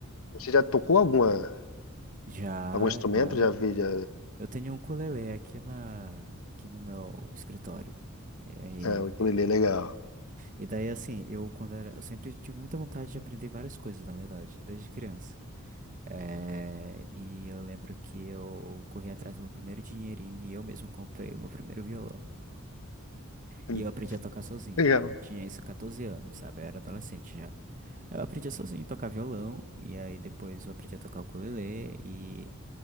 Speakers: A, on the left; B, on the right.
A: Você já tocou alguma,
B: Já,
A: algum instrumento?
B: já.
A: Já vi, já.
B: Eu tenho um ukulele aqui na, aqui no meu escritório. E aí,
A: É, o ukulele é legal.
B: e daí assim, eu quando era, eu sempre tive muita vontade de aprender várias coisas, na verdade, desde criança. Eh, e eu lembro que eu corri atrás do meu primeiro dinheirinho e eu mesmo comprei o meu primeiro violão.
A: Hum,
B: E eu aprendi a tocar sozinho.
A: Legal.
B: Tinha isso 14 anos, sabe? Eu era adolescente já. Eu aprendi sozinho a tocar violão, e aí depois eu aprendi a tocar ukulele, e